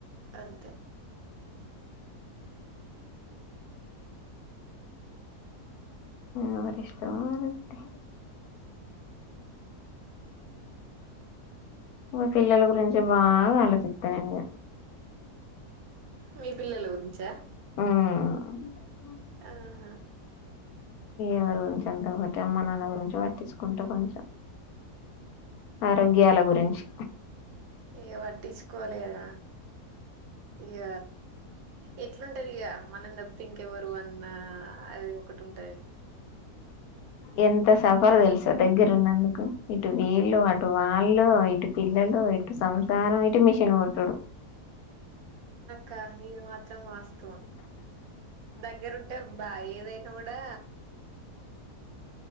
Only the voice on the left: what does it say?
ఎవరి ఇష్టం వాళ్ళది మా పిల్లల గురించి బాగా ఆలోచిత్తను ఇంగ
మ్
ఎవరి గురించి అంత పట్ట అమ్మ నాన్న గురించి పట్టించుకుంట కొంచెం ఆరోగ్యాల గురించి
ఆ ఎంత సఫర్ తెలుసా దగ్గరు ఉన్నందుకు ఇటు వీళ్ళు అటు వాళ్ళు వటి పల్లలు
వ సంసారం మిషీన్ పోట్డు